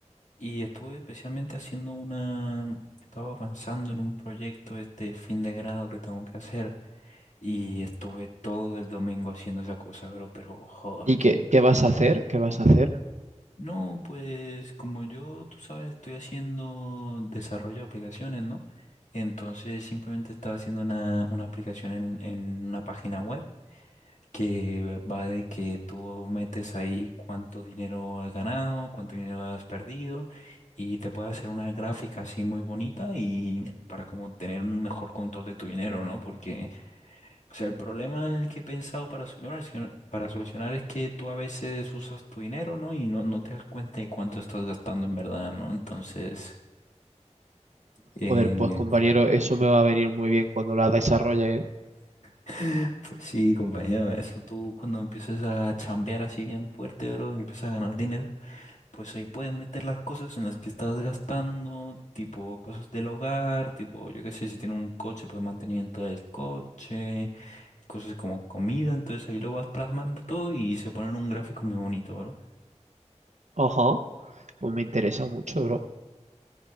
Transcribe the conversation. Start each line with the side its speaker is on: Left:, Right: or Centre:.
Left: y estuve especialmente haciendo una... Estaba avanzando en un proyecto este fin de grado que tengo que hacer y estuve todo el domingo haciendo esa cosa, bro, pero joder.
Right: ¿Y qué, qué vas a hacer? ¿Qué vas a hacer?
Left: No, pues como yo, tú sabes, estoy haciendo desarrollo de aplicaciones, ¿no? Entonces simplemente estaba haciendo una, una aplicación en, en una página web que va de que tú metes ahí cuánto dinero has ganado, cuánto dinero has perdido y te puede hacer una gráfica así muy bonita y para como tener un mejor control de tu dinero, ¿no? Porque o sea, el problema en el que he pensado para solucionar, sino- para solucionar es que tú a veces usas tu dinero, ¿no? Y no, no te das cuenta de cuánto estás gastando en verdad, ¿no? Entonces, eh,
Right: Joder, pues compañero, eso me va a venir muy bien cuando la desarrolle, ¿eh?
Left: <laughs> pues sí, compañero, eso tú cuando empiezas a chambear así bien fuerte, bro, y empiezas a ganar dinero, pues ahí puedes meter las cosas en las que estás gastando, tipo cosas del hogar, tipo, yo qué sé, si tienes un coche, pues mantenimiento del coche, cosas como comida, entonces ahí lo vas plasmando todo y se pone en un gráfico muy bonito, bro.
Right: Ajá. Pues me interesa mucho, bro.